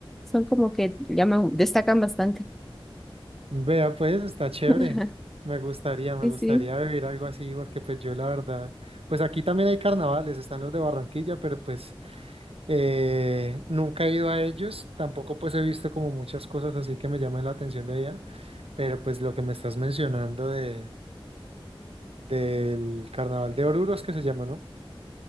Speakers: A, in the centre; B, on the right (about 85°).
A: son como que llaman, destacan bastante.
B: Vea pues, está chévere.
A: <laughs>
B: Me gustaría, me
A: Sí,
B: gustaría
A: sí,
B: vivir algo así, porque pues yo la verdad, pues aquí también hay carnavales, están los de Barranquilla, pero pues Eh, nunca he ido a ellos, tampoco pues he visto como muchas cosas así que me llaman la atención de allá, pero pues lo que me estás mencionando de, del Carnaval de Oruros que se llama, ¿no?